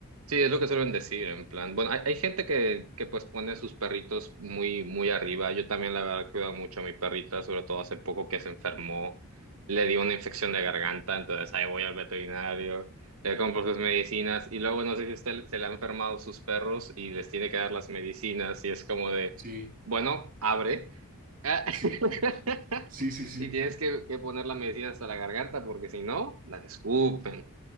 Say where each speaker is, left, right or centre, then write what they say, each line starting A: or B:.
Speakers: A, on the right; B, on the right.
A: Sí, es lo que suelen decir, en plan. Bueno, hay, hay gente que, que pues pone sus perritos muy, muy arriba. Yo también la verdad cuido mucho a mi perrita, sobre todo hace poco que se enfermó, le dio una infección de garganta, entonces ahí voy al veterinario, le compro sus medicinas y luego no sé si a usted se le han enfermado sus perros y les tiene que dar las medicinas y es como de,
B: Sí,
A: bueno, abre. Ah, <laughs>
B: sí, <laughs> sí, sí, sí.
A: Y tienes que, que poner las medicinas hasta la garganta porque si no, las escupen.